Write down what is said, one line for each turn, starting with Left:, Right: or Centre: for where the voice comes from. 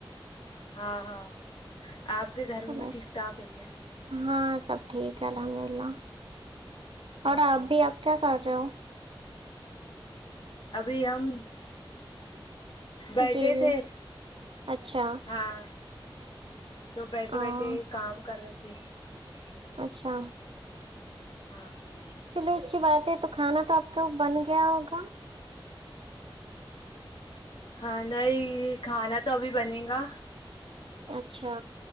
Left: ہاں ہاں آپ کے گھر
Right: چلو
Left: میں بھی
Right: اچھا
Left: ٹھیک ٹھاک ہے کیا
Right: ہاں سب ٹھیک ہے ال الحمد للہ اور
Left: ہاں
Right: آپ بھی آپ کیا کر <inaudible>
Left: ابھی ہم بیٹھے
Right: جی جی
Left: تھے
Right: اچھا
Left: ہاں تو بیٹھے
Right: ہاں
Left: بیٹھے کام کر رہے تھے جی
Right: اچھا
Left: ہاں ہاں
Right: چلو اچھی بات ہے تو کھانا تو آپ کا بن گیا ہوگا
Left: ہاں نہیں کھانا تو ابھی بنے گا
Right: اچھا